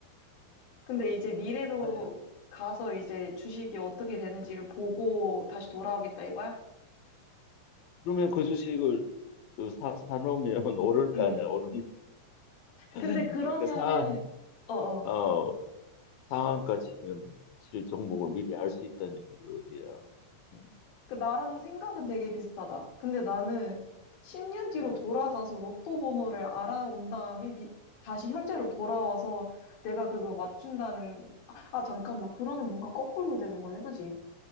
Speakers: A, on the left; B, on the left.
A: 근데 이제 미래로
B: 아니야
A: 가서 이제 주식이 어떻게 되는지를 보고 다시 돌아오겠다 이거야?
B: 그러면 그 주식을 그 사, 사놓으면 <laughs> 오를 거
A: 음.
B: 아니야 오르는 <laughs>
A: 근데 그러면은,
B: 그러니까 사,
A: 어어.
B: 어, 상한가 치면은 실 종목을 미리 알 수 있다는 게 어디야. 음,
A: 그 나랑 생각은 되게 비슷하다. 근데 나는 10년 뒤로
B: 음.
A: 돌아가서 로또 번호를 알아온 다음에 미- 다시 현재로 돌아와서 내가 그걸 맞춘다는, 아, 아, 잠깐만. 그러면 뭔가 거꾸로 되는 거네, 그지?